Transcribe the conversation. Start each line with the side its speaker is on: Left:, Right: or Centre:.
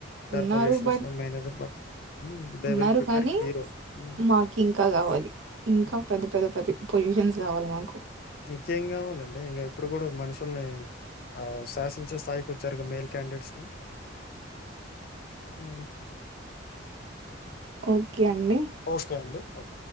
Right: ఉన్నారు
Left: పొజిషన్స్‌లో
Right: బట్
Left: manager but hmm. They
Right: ఉన్నారు
Left: will ప్రిపేర్
Right: కానీ
Left: కీ రోల్. హ్మ్.
Right: మాకు ఇంకా కావాలి ఇంకా పెద్ద పెద్ద పెద్ద పొజిషన్స్ కావాలి మాకు
Left: నిత్యేం కావాలండి ఇంకా ఇప్పుడు కూడా మనుషుల్ని ఆ శాసించే స్థాయికి వచ్చారు మెయిల్ క్యాండిడేట్స్ ని అ
Right: ఓకే అండి
Left: ఓకే అండి ఓ